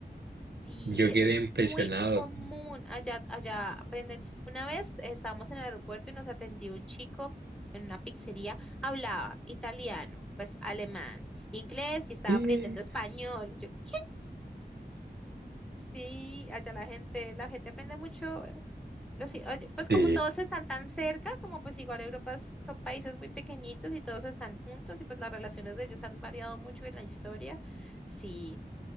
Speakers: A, in the centre; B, on the right (about 70°).
A: Sí,
B: Yo
A: e-
B: quedé
A: es
B: impresionado.
A: muy común. Allá, allá aprenden. Una vez eh, estábamos en el aeropuerto y nos atendió un chico en una pizzería. Hablaba italiano, pues alemán, inglés y estaba
B: Eh,
A: aprendiendo español. Yo, ¿qué? Sí, allá la gente, la gente aprende mucho. Los, i- oye, pues
B: Sí.
A: como todos están tan cerca, como pues igual Europa es- son países muy pequeñitos y todos están juntos y pues las relaciones de ellos han variado mucho en la historia. Sí,